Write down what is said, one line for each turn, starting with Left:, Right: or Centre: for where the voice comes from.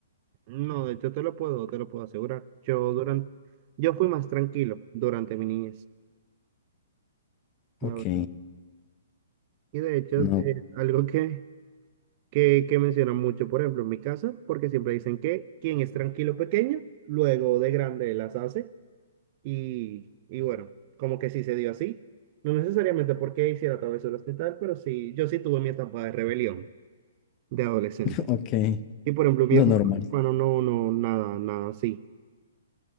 Right: No, de hecho te lo puedo, te lo puedo asegurar. Yo durante, yo fui más tranquilo durante mi niñez, la
Left: Ok,
Right: verdad. Y de hecho
Left: no,
Right: es algo que, que, que mencionan mucho, por ejemplo, en mi casa, porque siempre dicen que quien es tranquilo pequeño, luego de grande las hace. Y, y bueno, como que sí se dio así. No necesariamente porque hiciera travesuras ni tal, pero sí, yo sí tuve mi etapa de rebelión de adolescente.
Left: <laughs> ok,
Right: Y por ejemplo, mi
Left: lo
Right: hermano,
Left: normal,
Right: mi hermano no, no, nada, nada así.